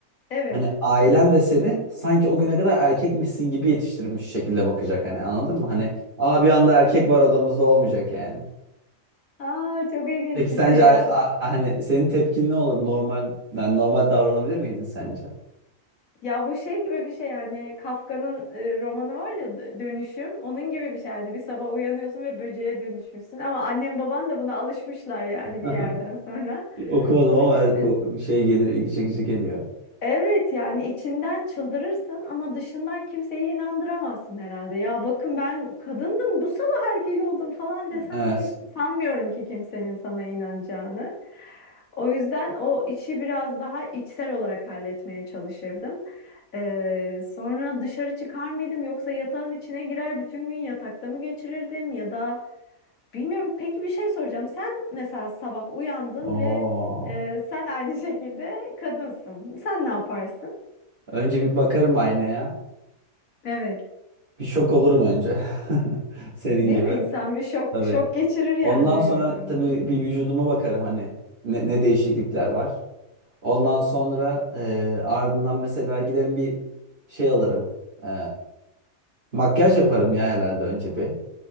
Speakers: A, on the left; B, on the right.
A: Evet.
B: Hani ailen de seni sanki o güne kadar erkekmişsin gibi yetiştirmiş şekilde bakacak hani anladın mı? Hani aa bir anda erkek var odamızda olmayacak yani.
A: Aa çok ilginç
B: Peki sence
A: bir şey
B: a-
A: ya.
B: a- hani senin tepkin ne olur? Normal yani normal davranabilir miydin sence? <laughs>
A: Ya bu şey gibi bir şey yani Kafka'nın e, romanı var ya D- Dönüşüm. Onun gibi bir şey yani bir sabah uyanıyorsun ve böceğe dönüşmüşsün ama annem baban da buna alışmışlar yani bir
B: Aha.
A: yerden sonra.
B: Okumadım
A: Onun
B: ama oku-
A: gibi.
B: şey geliyor, ilgi çekici geliyor.
A: Evet yani içinden çıldırırsın ama dışından kimseyi inandıramazsın herhalde. Ya bakın ben kadındım bu sabah erkek oldum falan desen
B: Evet.
A: bile sanmıyorum ki kimsenin sana inanacağını. O yüzden o işi biraz daha içsel olarak halletmeye çalışırdım. Ee, sonra dışarı çıkar mıydım yoksa yatağın içine girer bütün gün yatakta mı geçirirdim ya da Bilmiyorum. Peki bir şey soracağım. Sen mesela sabah uyandın
B: Oo.
A: ve e, sen aynı şekilde kadınsın. Sen ne yaparsın?
B: Önce bir bakarım aynaya.
A: Evet.
B: Bir şok olurum önce. <laughs> Senin
A: Değil
B: gibi.
A: mi? İnsan bir şok
B: Tabii.
A: şok geçirir yani
B: Ondan
A: öyle
B: sonra
A: bir durumda.
B: tabii bir vücuduma bakarım hani ne, ne değişiklikler var. Ondan sonra e, ardından mesela giderim bir şey alırım. E, makyaj yaparım ya herhalde önce bir.